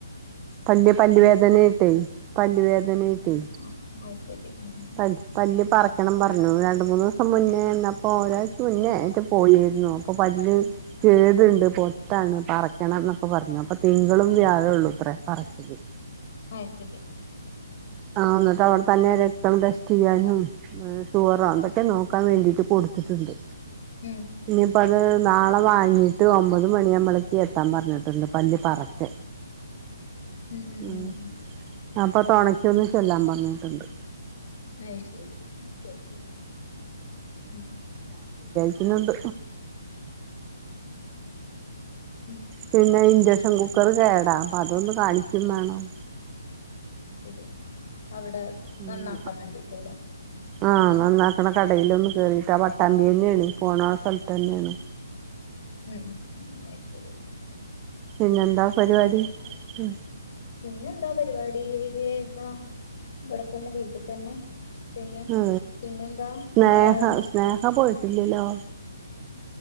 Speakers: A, on the right; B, on the left.
A: പല്ല് പല്ല് വേദനായിട്ടെ പല്ല് വേദനായിട്ടേ
B: ആ ആ അത് ശരി ഉം
A: പൽ പല്ല് പറി ന്നം പറഞ്ഞുണ് രണ്ട മൂന്ന് ദിവസം മുന്നേന്നപ്പോ ഒരാഴ്ച മുന്നേ യിട്ട് പോയിരുന്നു അപ്പൊ പല്ല്
B: ഉം
A: കേട് പൊത്താണ് പറിക്കണം ന്നൊക്കെ പറഞ്ഞു അപ്പൊ തിങ്കളും വ്യാഴമള്ളുഅത്ര പറിക്കല്
B: ആത്തരി
A: ആ ന്നിട്ട് അവിടെ തന്നെ രക്തം ടെസ്റ്റ് ചെയ്യാനും ഷുറോ ന്തൊക്കെ നോക്കാൻ വേണ്ടിട്ട് കൊടുത്തിട്ടുണ്ട്
B: ഉം
A: <unintelligible> ത് നാളെ വാങ്ങിട്ട് ഒമ്പത് മണി നമ്മളേക്കക്ക് എത്താൻ പറഞ്ഞിട്ടുണ്ട് പല്ലി പറക്ക
B: ഉം ഉം
A: ഉ
B: ഉം ഉം.
A: അപ്പൊ തുണക്കൊന്ന് ചെല്ലാൻ പറഞ്ഞിട്ട് ണ്ട്
B: <unintelligible> ഓക്കെ ഓക്കെ ഉം
A: പിനന്ത
B: ഉം.
A: പിന്നെ ഇൻഡക്ഷൻ കുക്കർ കേടാ അപ്പ അതൊന്ന് കാണിക്കും വേണം
B: രി അവിടെ
A: ഉം
B: നന്നാക്കാൻ വേണ്ടിയിട്ടില്ല
A: ആഹ് നന്നാക്കണ കടൽ ഒന്നന്ന് കേറിട്ട് ആ പട്ടാമ്പി തന്നെയാണ് പോണ സ്ഥലത്ത് തന്നെയാണ്
B: ഉം ഉം ഉ അ ശരി
A: പിന്നെ എന്താ പരിപാടി ഉ
B: പിന്നെ എന്താ പരിപാടി ഏതാ ഇവിടെ തന്നെ വീട്ടിൽ തന്നെ പിന്നെ
A: ആ
B: പിന്നെന്താ
A: സ്നേഹ
B: ഏഹ്
A: സ്നേഹ പോയിട്ട് ലി ലോ